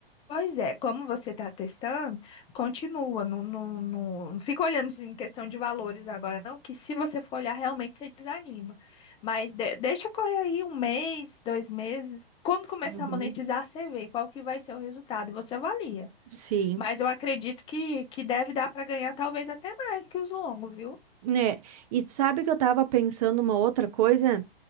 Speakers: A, on the left; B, on the right.
A: Pois é, como você está testando, continua, não, não, não, não fica olhando isso em questão de valores agora, não, que se você for olhar, realmente você desanima. Mas de- deixa correr aí um mês, dois meses. Quando começar
B: Uhum.
A: a monetizar, você vê qual que vai ser o resultado e você avalia.
B: Sim,
A: Mas eu acredito que, que deve dar para ganhar talvez até mais que os longos, viu?
B: né? E sabe que eu tava pensando uma outra coisa?